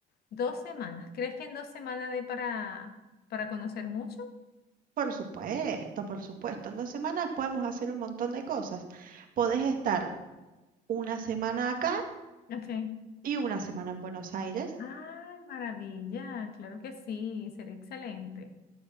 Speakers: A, on the left (about 65°); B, on the right (about 55°).
A: dos semanas. ¿Crees que en dos semanas dé para, para conocer mucho?
B: Por supuesto, por supuesto. En dos semanas podemos hacer un montón de cosas. Podés estar una semana acá
A: Ok.
B: y una semana en Buenos Aires,
A: Ay, maravilla, claro que sí, sería excelente.